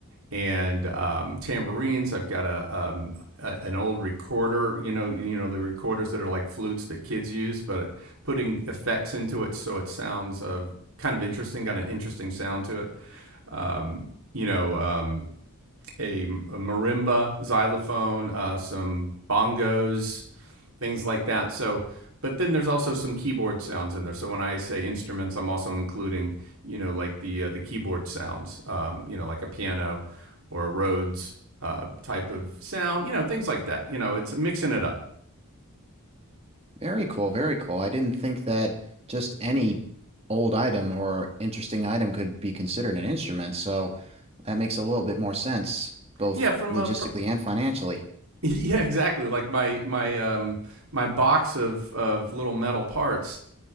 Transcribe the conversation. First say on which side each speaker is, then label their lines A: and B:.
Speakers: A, on the right; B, on the right.
A: and um, tambourines. I've got a, um, a an old recorder, you know, you know the recorders that are like flutes that kids use, but putting effects into it so it sounds uh, kind of interesting, got an interesting sound to it. Um, you know, um, a, a marimba, xylophone, uh, some bongos, things like that. So, but then there's also some keyboard sounds in there. So when I say instruments, I'm also including, you know, like the uh, the keyboard sounds, um, you know, like a piano or a Rhodes uh, type of sound, you know, things like that. You know, it's mixing it up.
B: Very cool, very cool. I didn't think that just any old item or interesting item could be considered an instrument. So that makes a little bit more sense, both
A: Yeah, from
B: logistically
A: a per-
B: and financially.
A: <laughs> yeah, exactly. Like my my um my box of of little metal parts